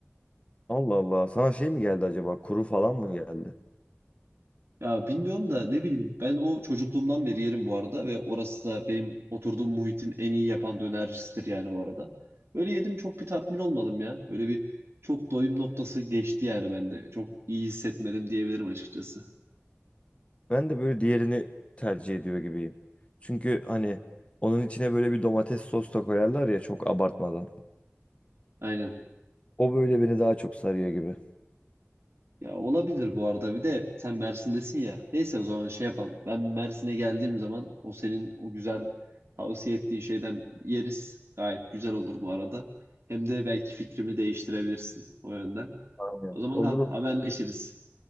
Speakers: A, on the left; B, on the right.
A: Allah Allah. Sana şey mi geldi acaba? Kuru falan mı geldi?
B: Ya bilmiyorum da ne bileyim ben o çocukluğumdan beri yerim bu arada ve orası da benim oturduğum muhitin en iyi yapan dönercisidir yani bu arada. Böyle yedim çok bir tatmin olmadım ya. Böyle bir çok doyum noktası geçti yani bende. Çok iyi hissetmedim diyebilirim açıkçası.
A: Ben de böyle diğerini tercih ediyor gibiyim. Çünkü hani onun içine böyle bir domates sos da koyarlar ya çok abartmadan.
B: Aynen.
A: O böyle beni daha çok sarıyor gibi.
B: Ya olabilir bu arada bir de sen Mersin'desin ya. Neyse o zaman şey yapalım. Ben Mersin'e geldiğim zaman o senin o güzel tavsiye ettiğin şeyden yeriz. Gayet güzel olur bu arada. Hem de belki fikrimi değiştirebilirsin o yönden.
A: Aynen.
B: O zaman
A: Olur
B: ha-
A: olur.
B: haberleşiriz.
A: Bir gün